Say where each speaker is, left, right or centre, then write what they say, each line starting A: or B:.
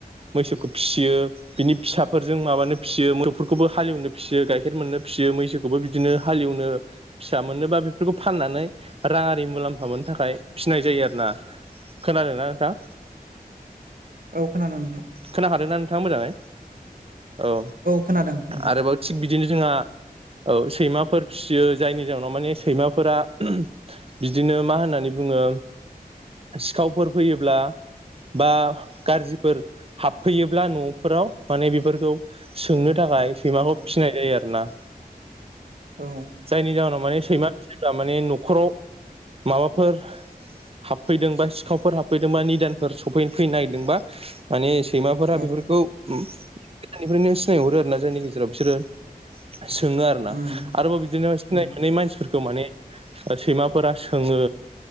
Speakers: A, on the right; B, on the right.
A: मैसोखौ फिसियो। बिनि फिसाफोरजों माबानो फिसियो मोसौफोरखौबो हालेवनो फिसियो गाइखेर मोननो फिसियो मैसोखौ बे खौबो बिदिनो हालेवनो फिसा मोननोबा बेफोरखौ फाननानै राङारि मुलाम्फा मोननो थाखाय फिनाय जायो आरो ना। खोनादों ना नोंथां?
B: औ खोनादों नोंथां।
A: खोनाहादोंना नोंथाङा मोजाङै औ।
B: खोनादों नोंथां
A: आरोबाव थिग बिदिनो जोंहा सैमाफोर फिसियो जायनि जउनाव माने सैमाफोरा बिदिनो मा होननानै बुङो सिखावफोर फैयोब्ला बा गाज्रिफोर हाबफैयोब्ला न'फोराव माने बेफोरखौ सोंनो
B: उम
A: थाखाय सैमाखौ फिसिनाय जायो आरो ना।
B: औ।
A: जायनि जाहोनाव माने सैमाफिसिब्ला माने न'खराव माबाफोर हाबफैदों बा सि सिखावफोर हाबफैदोंबा निदानफोर सफै फैनो नागिरदोंबा माने सैमाफोरा
B: औ
A: बेफोरखौ <unintelligible> निफ्रायनो सिनायहरो आरो ना जायनि गेजेराव बिसोरो सोङो आरो ना
B: उम
A: आरोबाव बिदिनो सिनाय
B: उम
A: मोनै मानसिफोरखौ माने सैमाफोरा सोङो